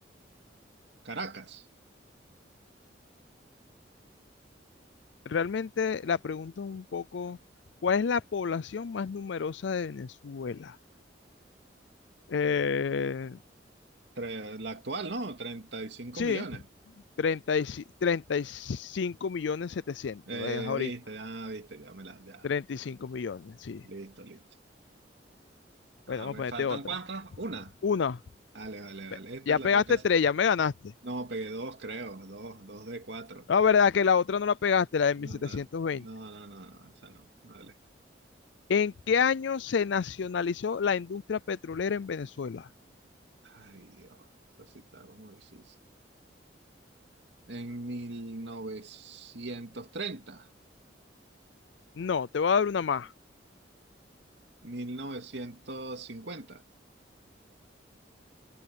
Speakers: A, on the right (about 70°); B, on the left (about 75°).
A: Caracas.
B: Realmente la pregunta es un poco, ¿cuál es la población más numerosa de Venezuela? Eh,
A: Tre- la actual, ¿no? treinta y cinco
B: sí,
A: millones.
B: treinta y ci- 35 millones setecientos
A: Eh,
B: es ahorita.
A: viste, ya, viste, ya me las, ya.
B: Treinta y cinco millones, sí.
A: Listo, listo. Ajá,
B: Bueno, vamos
A: ¿me
B: a ponerte
A: faltan
B: otra.
A: cuántas? Una.
B: Una,
A: dale vale,
B: Pe-
A: vale. Esta
B: ya
A: la
B: pegaste
A: tengo que hacer.
B: tres, ya me ganaste.
A: No, pegué dos, creo. Dos, dos de cuatro.
B: La verdad que la otra no la pegaste, la de
A: No,
B: mil setecientos
A: no,
B: veinte.
A: no, no, no, no, esa no. Vale.
B: ¿En qué año se nacionalizó la industria petrolera en Venezuela?
A: Ay, Dios. Eso sí está como difícil. En 1930
B: No, te voy a dar una más.
A: mil, novecientos novecientos cincuenta